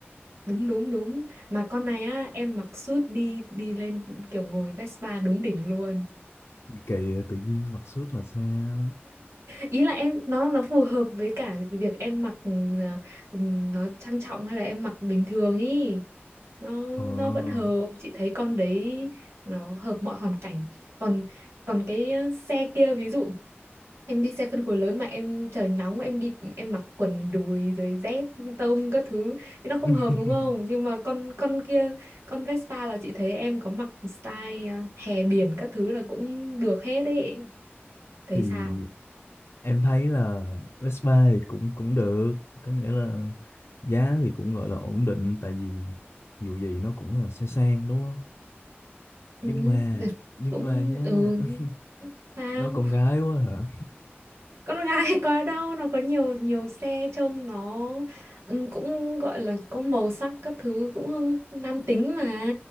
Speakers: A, on the right; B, on the left.
A: đúng đúng đúng mà con này á em mặc suit đi đi lên kiểu ngồi Vespa đúng đỉnh luôn
B: gì kỳ tự nhiên mặc suit là sao
A: ý là em nó nó phù hợp với cả cái việc em mặc ừ, ừ, nó trang trọng hay là em mặc bình thường ý nó
B: ờ
A: nó vẫn hợp chị thấy con đấy nó hợp mọi hoàn cảnh còn còn cái ờ, xe kia ví dụ em đi xe phân khối lớn mà em trời nóng em đi em mặc quần đùi rồi dép tông các thứ thì nó không
B: <laughs>
A: hợp đúng không nhưng mà con con kia con Vespa là chị thấy em có mặc style ờ, hè biển các thứ là cũng được hết ấy thấy
B: thì
A: sao
B: em thấy là Vespa thì cũng cũng được có nghĩa là giá thì cũng gọi là ổn định tại vì dù gì nó cũng là xe sang đúng không nhưng
A: ừ,
B: mà
A: được,
B: nhưng
A: cũng
B: mà nhá
A: ừ
B: <laughs>
A: sao
B: nó con gái quá hả
A: con gái <laughs> có đâu nó có nhiều nhiều xe trông nó ừ, cũng gọi là có màu sắc các thứ cũng nam tính mà